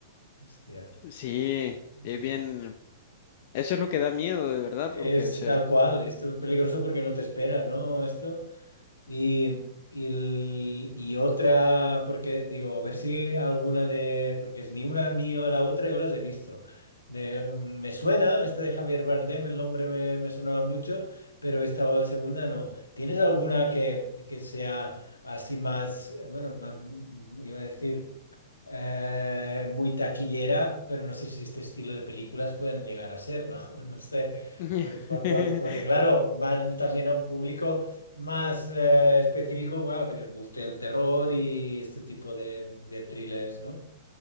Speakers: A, on the left (about 80°); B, on the left (about 45°).
A: Hostia.
B: Sí,
A: Ujú.
B: es bien, eso es lo que da miedo de verdad,
A: Es
B: porque, o sea...
A: tal cual, esto es peligroso porque no te esperas, ¿no? Esto. Y, y, el- y otra, porque digo, a ver si alguna de, porque es ni una ni la otra yo las he visto. De, mm, me suena, esta de Javier Bardem, el nombre me, me sonaba mucho, pero esta segunda no. ¿Tienes alguna que, que sea así más, eh, bueno, más, mm, iba a decir eh, muy taquillera, pero no sé si este estilo de películas pueden llegar a serlo, <laughs> no sé,
B: <laughs>
A: por- por- por- porque claro, van también a un público más eh, específico, bueno, que les guste el terror y este tipo de, de thrillers, ¿no?